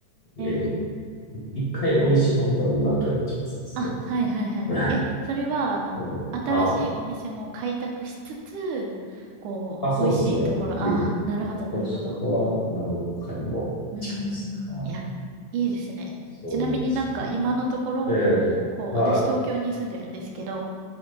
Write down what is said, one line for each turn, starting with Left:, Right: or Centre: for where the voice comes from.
Left: ええ、
Right: え。
Left: 一回美味しいと思ったらもう何回も行っちゃいますね、そこに。
Right: あ、はいはいはい。
Left: <laughs>
Right: え、それは、あの、
Left: そうはあ、
Right: 新しいお店も開拓しつつ、こう、
Left: あ、そうですね。
Right: 美味しいところ、あ、
Left: うん。
Right: なるほどなるほど。
Left: そしいとこは何回も行っちゃいますね。
Right: うんうんうん。
Left: はい。
Right: いや、いいですね。
Left: そうですね。
Right: ちなみになんか今のところ、
Left: ええ、
Right: こう、私東京に住んでるんですけど、
Left: はい。